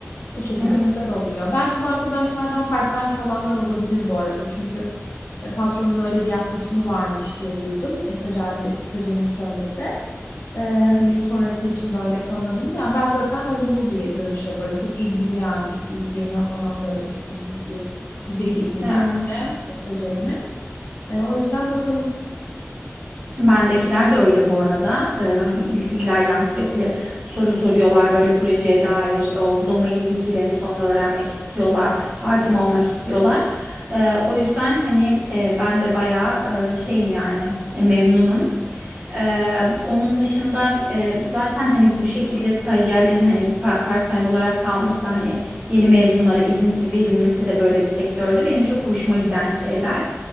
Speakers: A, on the left; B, on the right.
A: O şekilde
B: Evet,
A: güzel oluyor. Belki bu arkadaşlardan part-time kalanlar olabilir bu arada. Çünkü e, patronun öyle bir yaklaşımı varmış diye duydum. E, stajyerli- stajyerim söyledi. Ee, hani sonrası için böyle kalınabilir. Yani ben zaten olumlu bir dönüş yaparım. Çok ilgili yani çok ilgileniyor falan böyle çok da bilgi düzeyi de iyi
B: evet.
A: bence e, stajyerimin. Ee, o yüzden bakalım
B: Bendekiler de öyle bu arada. Ee, hani ilgililer yani sürekli soru soruyorlar böyle projeye dair o domain bilgilerini falan öğrenmek istiyorlar. Hakim olmak istiyorlar. Ee, o yüzden hani e, ben de bayağı e, şeyim yani e, memnunum. Ee, onun dışında e, zaten hani bu şekilde stajyerlerin hani pa- part-time olarak kalması da hani yeni mezunlara izin verilmesi de böyle bir sektörde benim çok hoşuma giden şeyler.